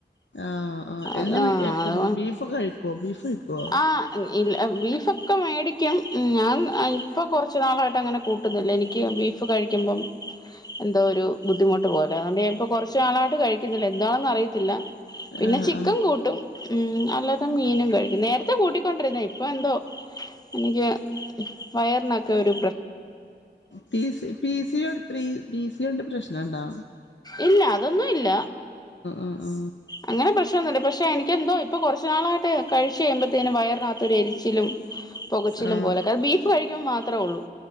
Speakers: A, on the left; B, on the left.
A: ആ ആ
B: അത
A: എല്ലാം ഇറച്ചി
B: അത
A: ബീഫൊക്കെ കഴി കോ ബീഫ് കഴിക്കുവോ
B: ആ ഇ ബീഫൊക്കെ മേടിക്കും ഞാൻ ഇപ്പൊ കൊറച്ച് നാളായിട്ട് അങ്ങനെ കൂട്ട കിട്ടുന്നില്ല എനിക്ക് ബീഫ് കഴിക്കുമ്പം എന്തോ ഒരു ബുദ്ധിമുട്ട് പോലെ അതുകൊണ്ട് പ്പ കുറച്ച് നാളായിട്ട് കഴിക്കുന്നില്ല എന്താണെന്ന് അറിയത്തില്ല പിന്നെ
A: ആ
B: ചിക്കൻ
A: ആ
B: കൂട്ടും ഉം അല്ലാതെ മീനും കഴി- ഇന്നെ ടുത്ത് കൂട്ടിക്കൊണ്ടിരുന്നെ ഇപ്പൊ എന്തോ എനിക്ക് വയറിനെക്കൊരു
A: പിസി പിസി ഒ പ്രി പിസി ഓന്റ പ്രശ്ന നാണ്ടാ
B: ഇല്ല അതൊന്നുവില്ല
A: ആ
B: അങ്ങനെ പ്രശ്നൊന്നൂല്ല പക്ഷെ എനിക്ക് നിക്ക് എന്തോ ഇപ്പൊ കുറച്ചു നാളായിട്ട് കഴിച്ചു കഴിയമ്പഴത്തേനും വയറിനകത്തൊരു എരിച്ചിലും പൊകച്ചിലും
A: ആ ആ
B: പോക്ക് അത് ബീഫ് കഴിക് കുമ്പം മാത്രെ ഒള്ളൂ